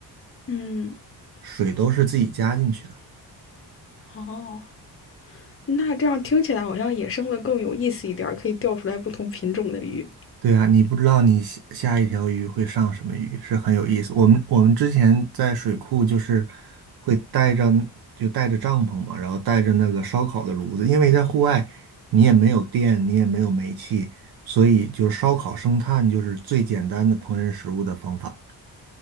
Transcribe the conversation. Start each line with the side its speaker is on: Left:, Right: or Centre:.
Left: 嗯，
Right: 水都是自己加进去的。
Left: 哦，那这样听起来好像野生的更有意思一点儿，可以钓出来不同品种的鱼。
Right: 对啊，你不知道你下下一条鱼会上什么鱼，是很有意思。我们我们之前在水库就是会带着就带着帐篷嘛，然后带着那个烧烤的炉子，因为在户外你也没有电，你也没有煤气，所以就是烧烤生炭就是最简单的烹饪食物的方法。